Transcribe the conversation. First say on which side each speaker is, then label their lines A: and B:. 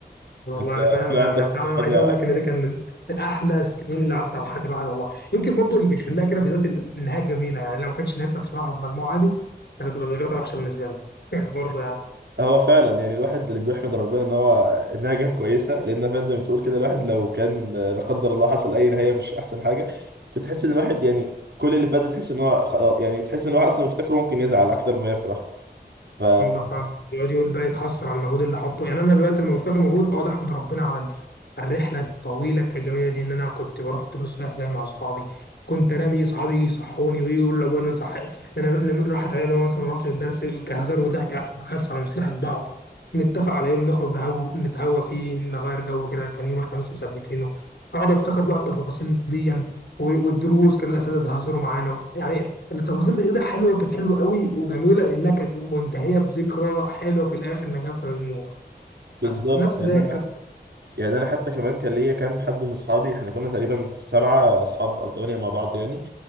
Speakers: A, on the left; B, on the right.
A: والله
B: انت
A: انا فعلا
B: في
A: انا
B: عندك
A: أنا فعلا
B: حاجه
A: عايز اقول لك ان ده كان من من احلى السنين اللي عدت على حياه الواحد والله يمكن برضو اللي بيشفل لها كده بالذات النهايه الجميله يعني لو ما كانتش نهايتها بصراحه بالمجموعه دي كانت هتبقى ذكرياتها وحشه بالنسبه لنا <laughs> برضو يعني
B: هو فعلا يعني الواحد اللي بيحمد ربنا ان هو انها جت كويسه لان فعلا زي ما بتقول كده الواحد لو كان لا قدر الله حصل اي نهايه مش احسن حاجه كنت تحس ان الواحد يعني كل اللي فات ده تحس ان هو خلاص يعني تحس ان هو اصلا مفتكره ممكن يزعل اكتر ما يفرح
A: سبحان
B: ف
A: الله فعلا يقعد يقول بقى يتحسر على المجهود اللي حطه يعني انا دلوقتي لما بفتكر مجهود اه ده احمد ربنا على ال- على الرحله الطويله الكجميه دي ان انا كنت بروح دروس رايح جاي مع اصحابي كنت انام يجي اصحابي يجي يصحوني ويقول لابويا إن انا صح إن انا إن أنا راحت عليا نوم مثلا ما رحتش الدرس كهزار وضحك حرص على مصلحه بعض نتفق على يوم نخرج نهو نتهوى فيه نغير جو كده كان يوم الخميس مثبتينه اقعد افتكر بقى التفاصيل دي يعني، و- والدروس كان الاساتذه يهزروا معانا يعني التفاصيل دي كده حلوه كانت حلوه قوي وجميله لانها كانت منتهيه بذكرى حلوه في الاخر انها جابت مجموع
B: بالظبط
A: نفس
B: يعني
A: زي
B: انا
A: كده
B: يعني انا حتى كمان كان ليا كام حد من اصحابي احنا كنا تقريبا سبعه اصحاب او ثمانيه مع بعض يعني